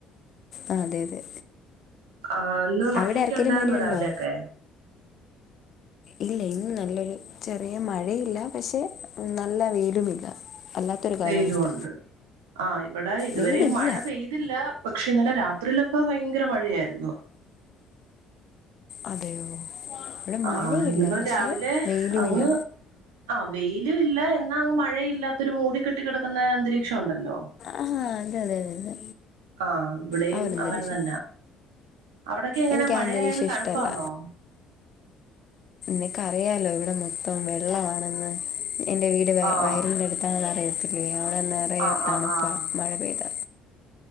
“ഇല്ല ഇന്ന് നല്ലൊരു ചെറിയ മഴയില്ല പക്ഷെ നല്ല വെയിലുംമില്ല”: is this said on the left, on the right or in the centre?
Left